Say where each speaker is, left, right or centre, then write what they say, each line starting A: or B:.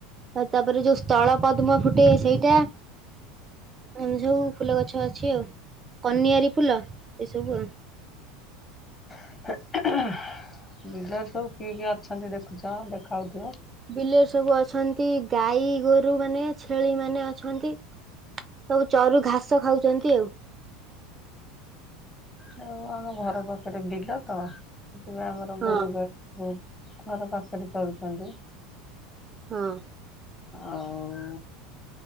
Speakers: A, on the right (about 30°); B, on the left (about 25°).
A: ଆଉ ତାପରେ ଯୋଉ ସ୍ଥଳ ପଦ୍ମ ଫୁଟେ ସେଇଟା ଏମିତି ସବୁ ଫୁଲ ଗଛ ଅଛି ଆଉ କନିଆର ଫୁଲ ଏ ସବୁ ଆଉ।
B: <inaudible> ବିଲର ସବୁ କିଏ କିଏ ଅଛନ୍ତି ଦେଖୁଛ ଦେଖାଯାଉଥିବ।
A: ବିଲରେ ସବୁ ଅଛନ୍ତି ଗାଈ ଗୋରୁ ମାନେ ଛେଳି ମାନେ ଅଛନ୍ତି। ସବୁ ଚରୁ ଘାସ ଖାଉଛନ୍ତି ଆଉ।
B: ହୁଁ ଆଉ ଆମ ଘର ପାଖରେ ବିଲ ତ ସେଥିପାଇଁ ଆମର
A: ହଁ।
B: ଗୋରୁଈ ଘର ପାଖରେ ଚରୁୁଛନ୍ତି।
A: ହଁ।
B: ଆଉ